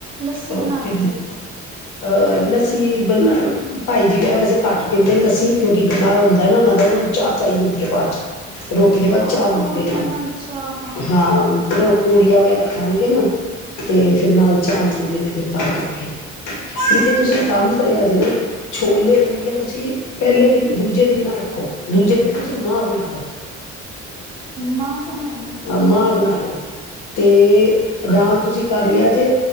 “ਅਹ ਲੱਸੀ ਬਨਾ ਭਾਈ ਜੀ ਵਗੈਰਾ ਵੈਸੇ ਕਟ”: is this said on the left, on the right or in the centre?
Left